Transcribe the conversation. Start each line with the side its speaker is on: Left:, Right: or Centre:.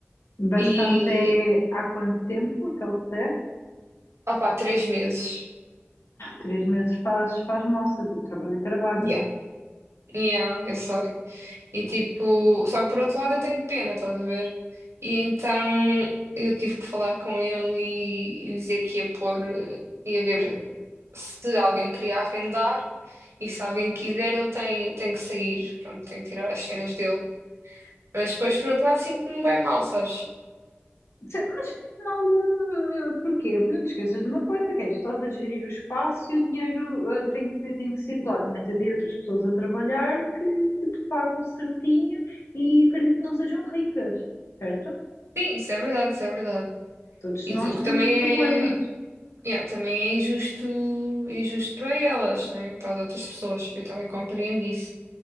Left: Bastante
Right: e
Left: é há quanto tempo aquele te der?
Right: ah, pá, três meses.
Left: Três meses faz, faz moça, tipo, trabalho é trabalho,
Right: Yeah.
Left: não é?
Right: Yeah, eu sei. E tipo, só que por outro lado eu tenho pena, estás a ver? E então eu tive que falar com ele e, e dizer que ia pôr, eh, ia ver. se alguém queria arrendar e se alguém quiser, ele tem, tem que sair, pronto, tem que tirar as cenas dele. Mas depois, por outro lado, sinto-me bem mal, sabes?
Left: Sim, Mas afinal, eh, porquê? Porque não te esqueças de uma coisa, que é, tu estás a gerir o espaço e o dinheiro eh, tem que, tem que circular. Também tens aí outras pessoas a trabalhar que, que te pagam certinho e acredito que não sejam ricas, certo?
Right: Sim, isso é verdade, isso é verdade.
Left: Todos
Right: E
Left: nós
Right: t- o que
Left: temos
Right: também
Left: problemas.
Right: é, yeah, também é injusto, injusto para elas, né? Para as outras pessoas. Eu também compreendo isso.